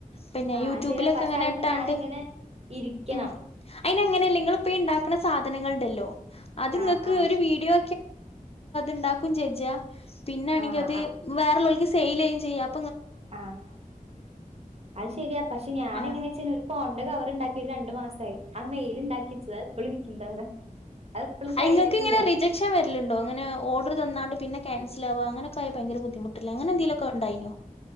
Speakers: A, on the left; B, on the right.
A: പിന്നെ
B: ആഹ്
A: യൂട്യൂബിലൊക്കെ
B: ശരിയാ പക്ഷെ
A: എങ്ങനെ
B: അത്മ്മെ
A: ഇട്ടാണ്ട്
B: ഞാനിങ്ങനെ ഇരിക്കണം.
A: ഉ അതി ഇങ്ങനഅല്ല നിങ്ങൾ ഇപ്പയി ഉണ്ടാക്കണ സാധനങ്ങൾ ഉണ്ടല്ലോ അത് നിങ്ങക്ക്
B: ആഹ് ആഹ്
A: ഒരു വീഡിയോ ഉണ്ടാകുകയും ചെയ്യാ പിന്നൊണെങ്കിൽ
B: ആഹ്
A: അത് വേറ ഉളവർക്ക് സെയിൽ ചെയുകയുംചെയ്യാം
B: ആഹ അത് ശരിയാ പക്ഷെ ഞാന
A: ആഹ്
B: എങ്ങനെ ന്ന്ച്ചപ്പ ഉണ്ടെ അവർണ്ടാക്കിട്ട് രണ്ടു മാസ ആായി ആ മെയിൽഉണ്ടാക്കിട്ടത് ഇപ്പോളി ഇരിക്കണ്ട അവിടെ അത് ഇപ്പളും കഴിഞ്ഞിട്ടില്ല.
A: ഇങ്ങൾക്ക് ഇങ്ങനെ റിജക്ഷൻ വരിലുണ്ടോ അങ്ങനെ ഓർഡർ തന്നാണ്ട് പിന്നെ ക്യാൻസിൽ ആവുക അങ്ങനൊക്കെയായല് ഭയങ്കര ബുദ്ധിമുട്ടല്ലേ അങ്ങനെ എന്തങ്കിലൊക്ക ഉണ്ടായിനോ?